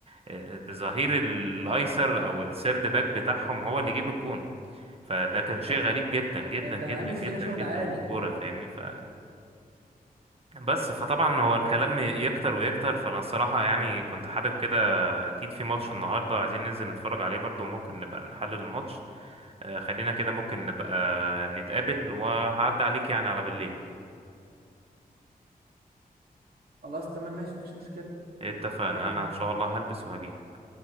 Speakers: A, on the right; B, on the right.
A: آه، ظهير الايسر او السيرد باك بتاعهم هو اللي يجيب الجون فده كان شيء غريب جدا جدا
B: ده ده
A: جدا
B: عامل فينا
A: جدا
B: شغل
A: جدا
B: عالي
A: في الكوره فاهمني ف بس فطبعا هو الكلام
B: مم.
A: يكتر ويكتر فانا الصراحه يعني كنت حابب كده اكيد في ماتش النهارده عايزين ننزل نتفرج عليه برضو ممكن نبقى نحلل الماتش آه، خلينا كده ممكن نبقى نتقابل وهعدي عليك يعني على بالليل
B: خلاص تمام ماشي مفيش مشكله
A: اتفقنا
B: تمام
A: انا ان شاء الله هلبس وهجيلك